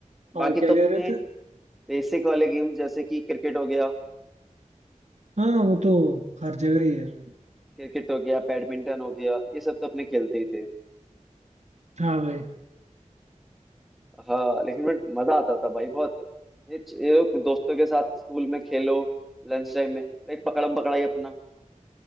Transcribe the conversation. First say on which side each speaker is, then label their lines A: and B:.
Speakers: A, in the centre; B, on the right.
A: बाकी
B: हाँ क्या
A: तो
B: कह
A: अपने
B: रहे थे
A: बेसिक वाले गेम्स जैसे कि क्रिकेट हो गया
B: हाँ वो तो हर जगह ही है भाई
A: क्रिकेट हो गया बैडमिंटन हो गया ये सब तो अपने खेलते ही थे
B: हाँ भाई
A: हाँ लेकिन बट मजा आता था भाई बहुत ये ये लोग दोस्तों के साथ स्कूल में खेलो लंच टाइम में लाइक पकड़म पकड़ाई अपना